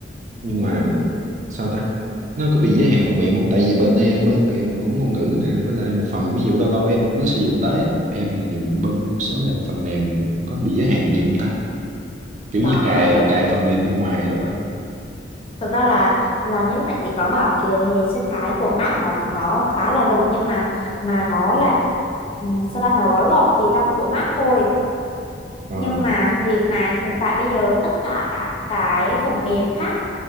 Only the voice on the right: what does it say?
nhưng
mà sao ta nó có bị giới hạn phần mềm không tại vì bên e- bên em cũng ngôn ngữ nè với lại một phần ví dụ lâu lâu em cũng có sử dụng tới á em thì dùng bên một số ngành phần mềm thì có bị giới hạn nhiều không ta kiểu
như cài
cài phần mềm bên ngoài đồ á
ờ